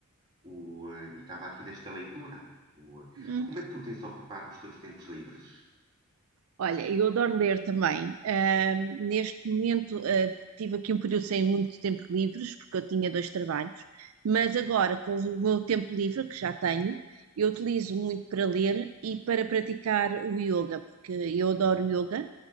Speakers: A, on the right (about 20°); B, on the right (about 75°).
A: O, eh, e estava aqui nesta leitura. O, eh,
B: Hum.
A: como é que tu tens ocupado os teus tempos livres?
B: Olha, eu adoro ler também. Ahm, neste momento, ah, tive aqui um período sem muito tempo livres, porque eu tinha dois trabalhos, mas agora, com o meu tempo livre, que já tenho, eu utilizo muito para ler e para praticar o yoga, porque eu adoro yoga,